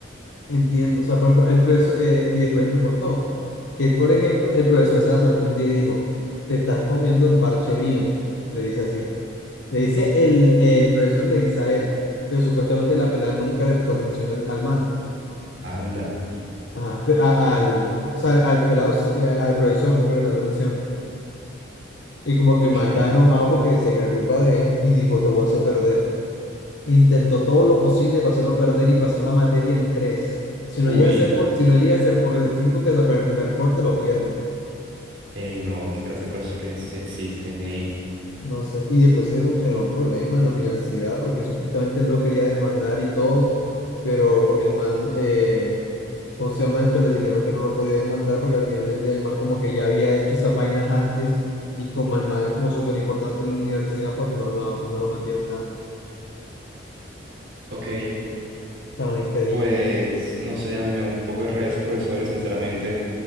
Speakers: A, on the left (about 70°); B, on the right (about 80°).
A: Entiendo, o sea, por ejemplo, el profesor, eh, y después él me contó que él, por ejemplo, el profesor se le acercó un día y dijo, te estás comiendo un parche mío, le dice así. Le dice el, el profesor, le dice a él, pero supuestamente la pelada nunca le prestó atención al, al man,
B: Anda,
A: Ajá, pe- a- al, o sea, al pelado, sí, eh, al profesor nunca le prestó atención. Y como que
B: ok,
A: el man estaba enojado porque decía que era culpa de él y dijo, te voy a hacer perder. Intentó todo lo posible para hacerlo perder y pasó la materia en tres. Si no
B: uy.
A: llega a ser por, si no llega a ser por el cinco que sacó en el primer corte, lo pierde.
B: Ey, no, qué clase de profesores existen, ey.
A: No sé. Y después era un, generó un problema en la universidad porque supuestamente él lo quería demandar y todo, pero el man, eh, ¿cómo se llama esto? Le dijeron que no lo podía demandar porque al final del día el man como que ya había hecho esas vainas antes y como el man es como súper importante en la universidad, pues no lo, no lo metió en nada.
B: Ok,
A: O sea, increíble.
B: pues no sé, a mí me da un poco de rabia esos profesores, sinceramente,